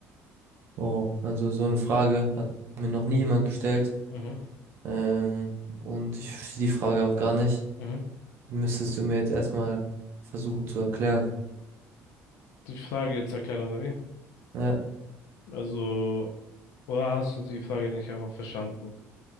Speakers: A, on the right (about 45°); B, on the left (about 85°).
A: oh, also so eine Frage hat mir noch nie jemand gestellt.
B: Mhm,
A: Ähm, und ich verstehe die Frage auch gar nicht.
B: mhm.
A: Die müsstest du mir jetzt erstmal versuchen zu erklären.
B: Die Frage jetzt erklären, oder wie?
A: Ja,
B: Also, oder hast du die Frage nicht einfach verstanden?